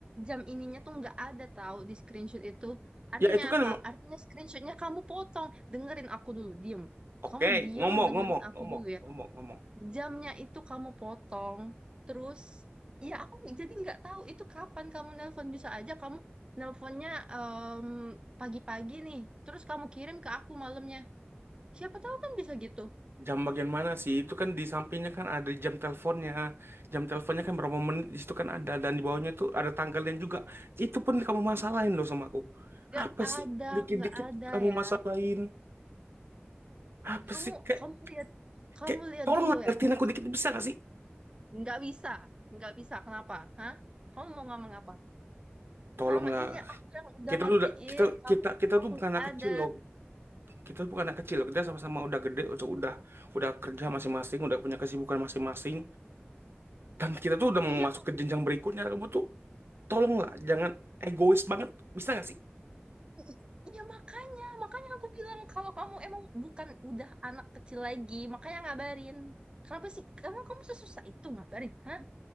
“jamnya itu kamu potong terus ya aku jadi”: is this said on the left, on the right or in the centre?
Right